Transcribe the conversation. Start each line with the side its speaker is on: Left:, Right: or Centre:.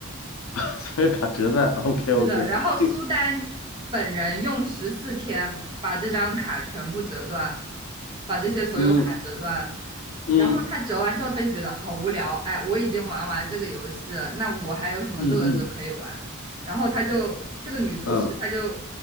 Left: <laughs> 所有卡折断，OK
Right: 是的，
Left: OK，
Right: 然后苏丹
Left: 对，
Right: 本人用十四天把这张卡全部折断，把这些所有卡折断。
Left: 嗯嗯
Right: 然后他折完之后，他就觉得好无聊，哎，我已经玩完这个游戏了，那我还有什么乐子可以玩？
Left: 嗯嗯
Right: 然后他就这个女术士，
Left: 嗯，
Right: 她就